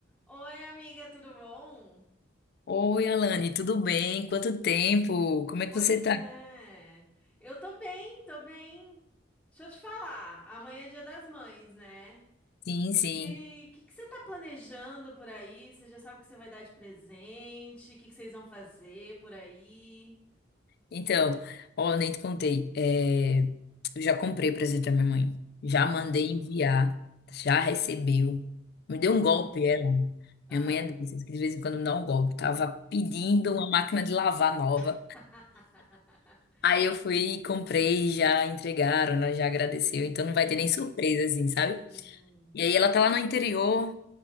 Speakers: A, in the centre; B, on the left.
A: Oi, amiga, tudo bom?
B: Oi, Alane, tudo bem? Quanto tempo? Como é
A: Pois
B: que você tá?
A: é. Eu tô bem, tô bem. Deixa eu te falar, amanhã é Dia das Mães, né?
B: Sim,
A: Se,
B: sim.
A: o que que você tá planejando por aí? Você já sabe o que você vai dar de presente? O que que vocês vão fazer por aí?
B: Então, ó, nem te contei. É, eu já comprei presente pra minha mãe. Já
A: Hum.
B: mandei enviar. Já recebeu. Me deu um
A: Uhum.
B: golpe, ela.
A: Ah.
B: Minha mãe é dessas que de vez em quando me dá um golpe. Tava pedindo
A: ah.
B: uma máquina de lavar nova.
A: <laughs>
B: Aí eu fui, e comprei, já entregaram, ela já agradeceu. Então não vai
A: Uhum.
B: ter nem surpresa, assim, sabe?
A: Hum.
B: E aí ela tá lá no interior.